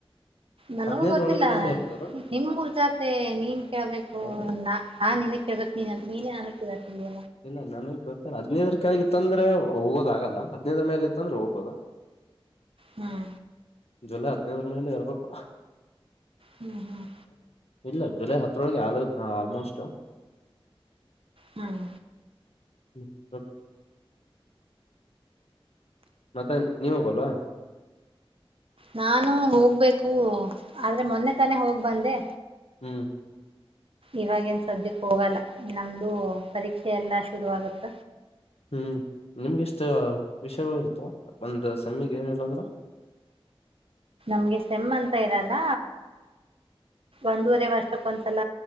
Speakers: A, on the right; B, on the left.
A: ನನಗೂ
B: ಹದ್ನೈದರ
A: ಗೊತ್ತಿಲ್ಲ
B: ಒಳಗಡೆನೆ ಇರ್ತದ
A: ನಿಮೂರ್ ಜಾತೆ ನೀನ್ ಕೇಳ್ಬೇಕು
B: ಏ
A: ನ ನಾನ್ ನಿನ ಕೇಳ್ಬೇಕು ನೀ ನನ್ ನೀನೇ ನಂಗ್ ಕೇಳ್ತೀಯ
B: ಇಲ್ಲ ನನಗ್ ಗೊತ್ತಿಲ್ಲ ಹದ್ನೈದ್ರ ಕೆಳಗ್ ಇತ್ತಂದ್ರೆ ಹೋಗೋದಾಗಲ್ಲ ಹದ್ನೈದ್ರ ಮೇಲೆ ಇತ್ತಂದ್ರೆ ಹೋಗ್ಬೊದು.
A: ಹ್ಮ್
B: ಜುಲೈ ಹದ್ನೈದ್ರ ಮೇಲೆ ಇರ್ಬೇಕು.
A: ಹ್ಮ್ ಹ್ಮ್.
B: ಇಲ್ಲ ಜುಲೈ ಹತ್ರೊಳಗೆ ಅಲೈತ್ ಆಲ್ಮೋಷ್ಟು.
A: ಹ್ಮ್
B: ಹ್ಮ ಗೊತ್ತು. ಮತ್ತೆ ನೀವ್ ಹೋಗಲ್ವಾ.
A: ನಾನು ಹೋಗ್ಬೇಕು ಆದ್ರೆ ಮೊನ್ನೆ ತಾನೆ ಹೋಗ್ ಬಂದೆ.
B: ಹ್ಮ್
A: ಇವಾಗೇನ್ ಸದ್ಯ ಹೋಗಲ್ಲ ನಮ್ದು ಪರೀಕ್ಷೆ ಎಲ್ಲಾ ಶುರು ಆಗುತ್ತ.
B: ಹ್ಮ್ ನಿಮ್ಗೆಷ್ಟ ವಿಷಯಗಳು ಇರ್ತಾವ ಒಂದ್ ಸೆಮಿಗೆ ಏನ್ ಇಲ್ಲ ಅಂದ್ರ.
A: ನಮ್ಗೆ ಸೆಮ್ಮ್ ಅಂತ ಇರಲ್ಲ ಒಂದೂವರೆ ವರ್ಷಕ್ಕೊಂದ್ಸಲ